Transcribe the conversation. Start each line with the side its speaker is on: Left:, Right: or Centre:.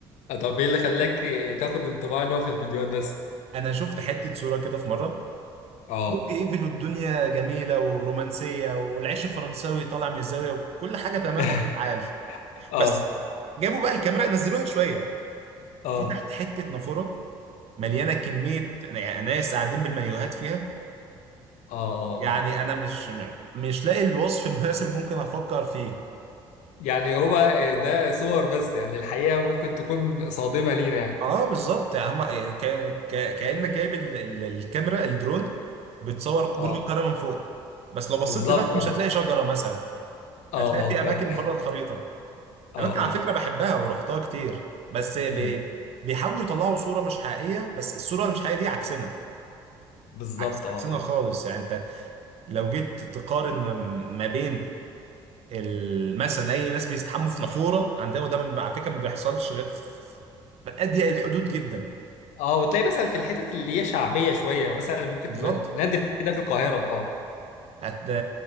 Left: آه، طب ايه اللي خلاك تاخد انطباع ان هو في الفيديوهات بس
Right: انا شفت حته صوره كده في مره
Left: اه
Right: برج ايفل والدنيا جميله ورومانسيه والعيش الفرنساوي طالع من الزاويه وكل حاجه تمام
Left: <laughs>
Right: وعيال عال
Left: اه
Right: بس جابوا بقى الكاميرا نزلوها شويه
Left: اه
Right: في تحت حتة نافورة مليانة كمية يعني ناس قاعدين بالمايوهات فيها
Left: اه اه
Right: يعني
Left: اه
Right: أنا مش مش لاقي الوصف <laughs> المناسب اللي ممكن أفكر فيه
Left: يعني هو آه، ده صور بس يعني الحقيقة ممكن تكون صادمة لينا يعني
Right: اه بالظبط يعني هما كأن- ك- كأنك جايب ال- ال- الكاميرا الدرون بتصور
Left: اه
Right: برج القاهرة من فوق بس لو بصيت
Left: بالظبط
Right: لتحت
Left: اه
Right: مش هتلاقي شجرة مثلا
Left: اه
Right: هتلاقي
Left: اه
Right: في
Left: فعلا
Right: أماكن بره الخريطة
Left: اه
Right: أماكن على
Left: اه
Right: فكرة بحبها ورحتها كتير بس بي-
Left: مم.
Right: بيحاولوا يطلعوا صورة مش حقيقية بس الصورة اللي مش حقيقية دي عكسنا
Left: بالظبط
Right: عكس
Left: اه
Right: عكسنا
Left: اه
Right: خالص يعني انت لو جيت تقارن ما بين ال- مثلا اي ناس بيستحموا في نافوره عندنا وده ما- على فكره ما بيحصلش غير في في اضيق الحدود جدا
Left: اه وتلاقي مثلا في الحتت اللي هي شعبيه شويه يعني مثلا ممكن
Right: بالظبط
Left: تبقى نادر تلاقي ده في القاهره اه
Right: هت...